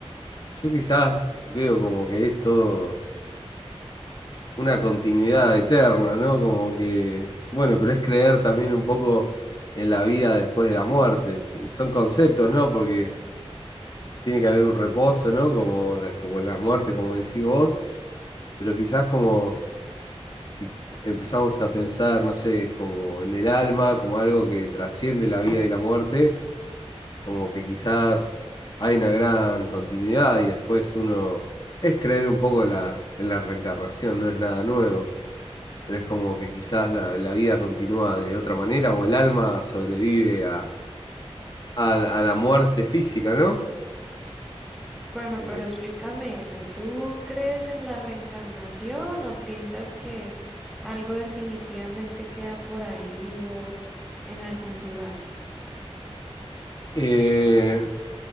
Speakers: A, on the left (about 45°); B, in the centre.
A: Yo quizás veo como que es todo una continuidad eterna, ¿no? Como que, bueno, pero es creer también un poco en la vida después de la muerte. Sí, Son conceptos, ¿no? Porque tiene que haber un reposo, ¿no? Como la, como la muerte, como decís vos, pero quizás como si empezamos a pensar, no sé, como en el alma, como algo que trasciende la vida y la muerte, como que quizás hay una gran continuidad y después uno... Es creer un poco en la, en la reencarnación, no es nada nuevo. pero es como que quizás la, la vida continúa de otra manera o el alma sobrevive a, a- a la muerte física, ¿no?
B: Bueno,
A: Eh,
B: pero explícame eso. ¿Tú crees en la reencarnación o piensas que algo definitivamente queda por ahí vivo en algún lugar?
A: eh,